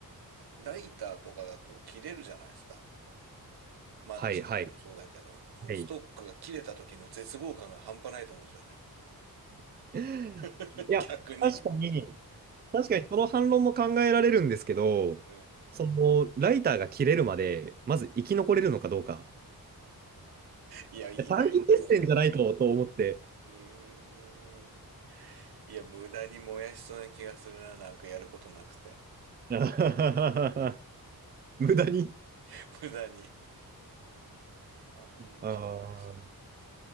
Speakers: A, on the right; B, on the right.
A: ライターとかだと切れるじゃないですか。マッチとかもそうだけど、
B: はいはいはい。
A: もうストックが切れた時の絶望感が半端ないと思うんですよね。
B: <laughs> い
A: <laughs>
B: や、
A: 逆に。
B: 確かに、確かにその反論も考えられるんですけど、
A: うん。
B: その、ライターが切れるまで、まず生き残れるのかどうか。
A: いや、
B: いや短期決戦じゃないと、
A: いいかい。
B: と思って。
A: うんうんうんんいや、無駄に燃やしそうな気がするな、なんかやることなくて。
B: <laughs> 無駄に。
A: <laughs> 無駄に。なんか燃やし、
B: あー